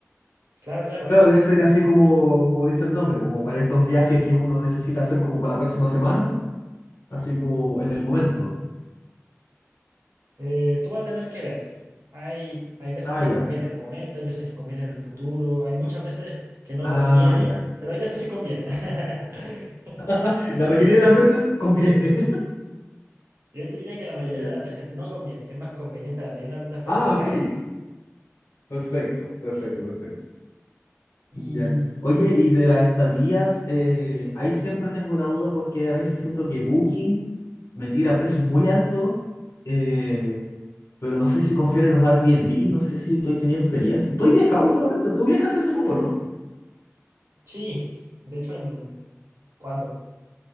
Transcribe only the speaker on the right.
claro, claro.
Eh, tú vas a tener que ver. Hay, hay veces
que
conviene en el momento, hay veces que conviene en el futuro, hay muchas veces que no
conviene,
pero hay veces que conviene. <laughs>
Ent-
Yo te diría que la mayoría
de las veces no conviene, que es más conveniente la primera plataforma,
Kayak.
Y
sí, de hecho, en ¿cuándo?